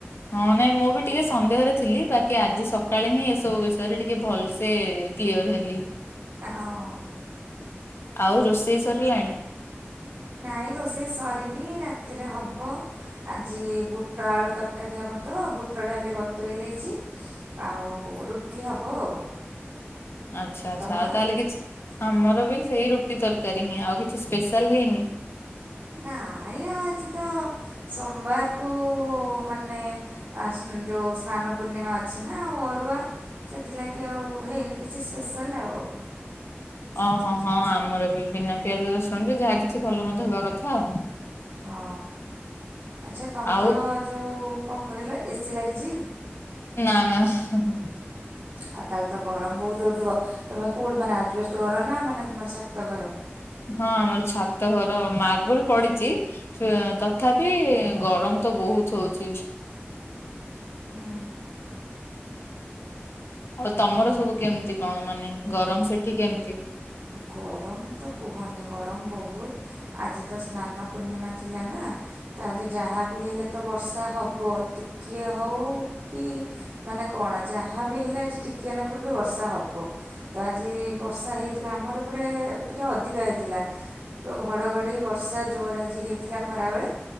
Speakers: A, on the left (about 70°); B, on the right (about 50°).
A: ହଁ ନାଇଁ ମୁଁ ବି ଟିକେ ସନ୍ଦେହରେ ଥିଲି ବାକି ଆଜି ସକାଳେ ହିଁ ଏସବୁ ବିଷୟରେ ଟିକେ ଭଲସେ କ୍ଲିଅର ହେଲି।
B: ହଁ।
A: ଆଉ ରୋଷେଇ ସରିଲାଣି?
B: ନାଇଁ ରୋଷେଇ ସରିନି ରାତିରେ ହବ। ଆଜି ବୁଟ ଆଳୁ ତରକାରୀ ହବ ତ ବୁଟ ଡାଲି ବତୁରେଇ ଦେଇଚି ଆଉ ରୁଟି ହବ ଆଉ।
A: ଆଚ୍ଛା ଆଚ୍ଛା
B: ତମର?
A: ଆଉ ତାହେଲେ କିଛି ଆମର ବି ସେଇ ରୁଟି ତରକାରୀ ହିଁ, ଆଉ କିଛି ସ୍ପେଶାଲ ହେଇନି?
B: ନାଇଁ ଆଜି ତ ସୋମବାରକୁ ମାନେ ଆ ସ୍ନ ଯୋଉ ସ୍ନାନ ପୂର୍ଣ୍ଣିମା ଅଛି ନା ଅରୁଆ ସେଥିଲାଗି ଆଉ ହେଇନି କିଛି ସ୍ପେଶାଲ ଆଉ।
A: ଓହୋ ହଁ ଆମର ବି ବିନା ପିଆଜ ରସୁଣରେ ଯାହା କିଛି ଭଲ ମନ୍ଦ ହବା କଥା ଆଉ।
B: ହଁ ଆଚ୍ଛା ତମର
A: ଆଉ
B: ଯୋଉ କଣ କହିଲ ଏସି ଲାଗିଚି?
A: ନାଁ ନାଁ <unintelligible>
B: ଆଉ ତାହେଲେ ତ ଗରମ ବୋହୁତ ହୋଉଥିବ। ତମେ କୋଉଠି ମାନେ ଆଜବେଷ୍ଟ ଘର ନା ମାନେ ତମର ଛାତ ଘର।
A: ହଁ ଆମର ଛାତ ଘର ମାର୍ବଲ ପଡିଚି ଫେ ତଥାପି ଗରମ ତ ବୋହୁତ ହୋଉଚି।
B: ହୁଁ।
A: ଆଉ ତମର
B: ହଁ।
A: ସବୁ କେମିତି କଣ ମାନେ ଗରମ ସେଠି କେମିତି?
B: ଗରମତ କୁହନି ଗରମ ବହୁତ୍। ଆଜିତ ସ୍ନାନ ପୂର୍ଣ୍ଣିମା ଥିଲାନା ତା ଆଜି ଯାହାବି ହେଲେତ ବର୍ଷା ହବ ଟିକିଏ ହଉ କି ମାନେ କଣ ଯାହାବି ହେଲେ ଆଜି ଟିକିଏନାକରୁବି ବର୍ଷା ହବ ତଆଜି ବର୍ଷା ହେଇ ଥିଲା ଆମର ଏପଟେ ଟିକେ ଅଧିକା ହେଇଥିଲା। ପୁରା ଘଡ଼ଘଡ଼ି ବର୍ଷା ଜୋର ଆଜି ହେଇଥିଲା ଖରାବେଳେ।